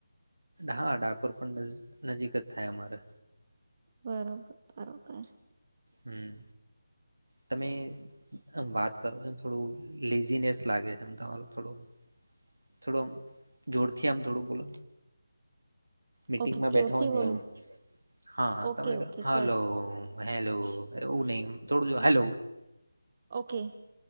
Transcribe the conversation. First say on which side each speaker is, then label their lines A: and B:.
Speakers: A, on the right; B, on the right.
A: હા ડાકોર પણ નજ નજીક જ થાય અમારે.
B: બરોબર બરોબર.
A: હમ તમે આ વાત કરો છો ને થોડું લેઝિનેસ લાગે છે તમાર. થોડું થોડું આમ જોરથી આમ થોડું બોલો. મીટંગમાં
B: ઓકે જોરથી
A: બેઠા હોયને
B: બોલું
A: એવ હા હા
B: ઓકે
A: તમે કે
B: ઓકે
A: હાલો.
B: Sorry
A: hello. એવું નહીં થોડું જો હેલો
B: ઓકે.